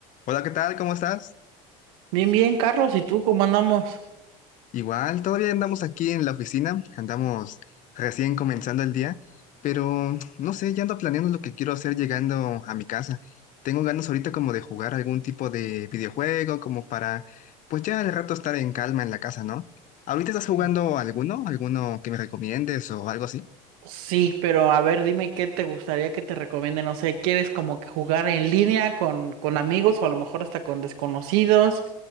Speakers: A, on the left; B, on the right.
A: Hola, ¿qué tal? ¿Cómo estás?
B: Bien, bien, Carlos, ¿y tú cómo andamos?
A: Igual, todavía andamos aquí en la oficina, andamos recién comenzando el día, pero no sé, ya ando planeando lo que quiero hacer llegando a mi casa. Tengo ganas ahorita como de jugar algún tipo de videojuego, como para, pues ya al rato estar en calma en la casa, ¿no? ¿Ahorita estás jugando
B: Mm.
A: alguno? ¿Alguno que me recomiendes o algo así?
B: Sí, pero a ver, dime qué te gustaría que te recomiende, no sé, ¿quieres como que jugar en línea con, con amigos o a lo mejor hasta con desconocidos?